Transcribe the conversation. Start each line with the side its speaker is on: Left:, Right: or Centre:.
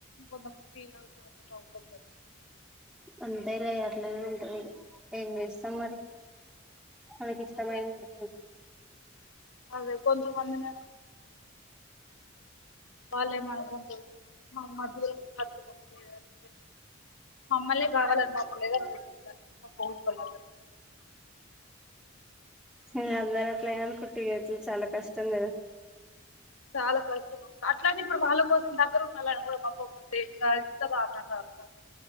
Left: కొంతమంది ఫీల్ అవుతారుంట బాగుండదు కదా
Centre: అంతేలే అట్లానీ ఉంటది ఈగ ఏం చేస్తాం మరి మనకి ఇష్టమైనది
Left: అదే అదే కొంతమంది <inaudible> వాళ్ళేమో అనుకుంటారు మనం దూరం నుంచి వచ్చేతట్టు లేదని మమ్మల్నే కావాలని పంపలేదు అనుకుంటారు ఇగ <unintelligible>
Centre: ఇగ అందరూ అట్లానే అనుకుంటే ఇగ చాలా కష్టం కదా
Left: చాల కష్టం అక్క అట్లానీ ఇప్పుడు వాళ్ళ కోసం దగ్గర ఉంనోలని కూడా పంపకపోతే ఇంకా ఎంత దారుణం కదక్క